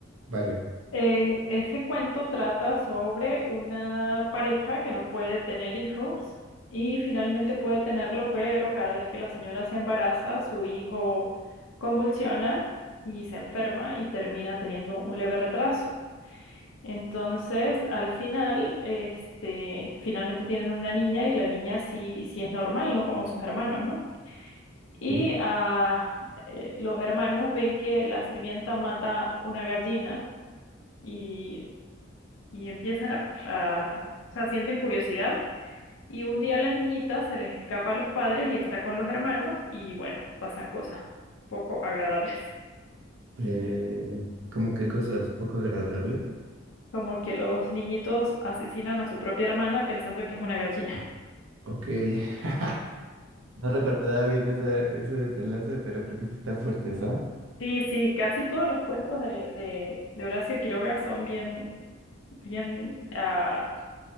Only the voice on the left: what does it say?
Eh, ese cuento trata sobre una pareja que no puede tener hijos y finalmente puede tenerlo, pero cada vez que la señora se embaraza, su hijo convulsiona y se enferma y termina teniendo un leve retraso. Entonces, al final, este, finalmente tienen una niña y la niña sí, sí es normal, no como sus hermanos, ¿no? Y
ah, eh, los hermanos ven que la sirvienta mata una gallina y, y empiezan a, a- o sea, sienten curiosidad. Y un día la niñita se les escapa a los padres y está con los hermanos y bueno, pasan cosas poco agradables.
Como que los niñitos asesinan a su propia hermana pensando que es una gallina.
Sí, sí, casi todos los cuentos de, de, de Horacio Quiroga son bien, bien ah,